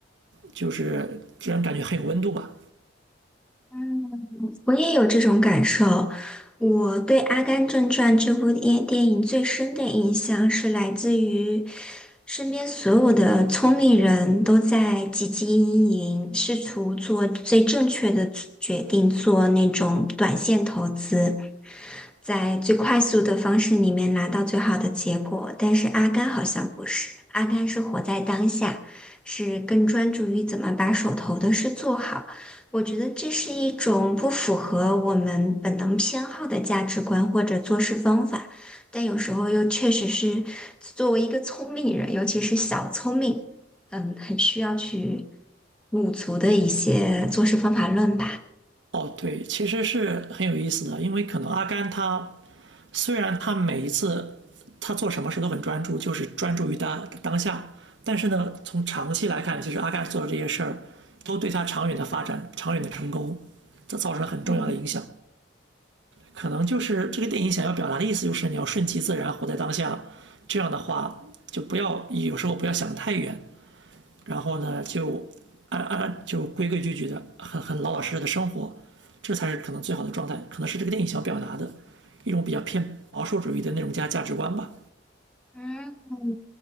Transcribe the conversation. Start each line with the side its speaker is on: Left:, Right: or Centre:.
Right: 就是让人感觉很有温度吧。
Centre: 嗯，我也有这种感受。我对《阿甘正传》这部电电影最深的印象是来自于身边所有的聪明人都在汲汲营营，试图做最正确的决定，做那种短线投资，在最快速的方式里面拿到最好的结果。但是阿甘好像不是，阿甘是活在当下，是更专注于怎么把手头的事做好。我觉得这是一种不符合我们本能偏好的价值观或者做事方法，但有时候又确实是作为一个聪明人，尤其是小聪明，嗯，很需要去补足的一些做事方法论吧。
Right: 哦，对，其实是很有意思的，因为可能阿甘他虽然他每一次他做什么事都很专注，就是专注于他当下，但是呢，从长期来看，其实阿甘做的这些事儿都对他长远的发展、长远的成功，这造成了很重要的影响。
Centre: 嗯。
Right: 可能就是这个电影想要表达的意思，就是你要顺其自然，活在当下。这样的话，就不要有时候不要想太远，然后呢就安安就规规矩矩的，很很老老实实的生活，这才是可能最好的状态，可能是这个电影想表达的一种比较偏保守主义的那种价价值观吧。
Centre: 嗯，